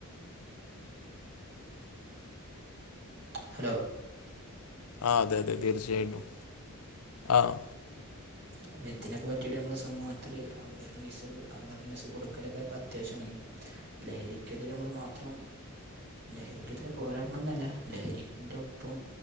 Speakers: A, on the right; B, on the left.
A: ഹലോ
B: ആഹ് അതെ അതെ തീർച്ചയായിട്ടും ആഹ്
A: ആഹ് വേത്തിനേക്കെപറ്റിയിട്ട് നമ്മുടെ സമൂഹത്തില് അവർനെസ് അവർനെസ് കൊടുക്കലൊക്കെ ഇപ്പ അത്യാവശ്യമാണ് ലഹരിക്കെതിരെ നമ്മൾ മാത്രം ലഹരിക്കെതിരെ പോരാടണം എന്നല്ല ലഹരിന്റെ ഒപ്പം